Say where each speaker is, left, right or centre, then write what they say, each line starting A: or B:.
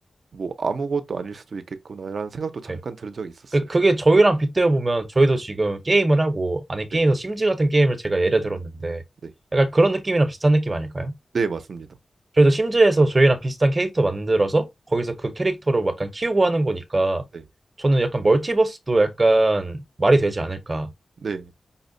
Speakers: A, on the right (about 70°); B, on the right (about 30°).
A: 뭐 아무것도 아닐 수도 있겠구나라는 생각도 잠깐
B: 네.
A: 들은 적이 있었어요.
B: 그, 그게 저희랑 빗대어 보면 저희도 지금 게임을 하고, 아니,
A: 네,
B: 게임에서 심즈 같은 게임을 제가 예를 들었는데,
A: 네,
B: 약간 그런 느낌이랑 비슷한 느낌 아닐까요?
A: 네, 맞습니다.
B: 그래서 심즈에서 저희랑 비슷한 캐릭터 만들어서 거기서 그 캐릭터로 약간 키우고 하는 거니까
A: 네,
B: 저는 약간 멀티버스도 약간 말이 되지 않을까.
A: 네,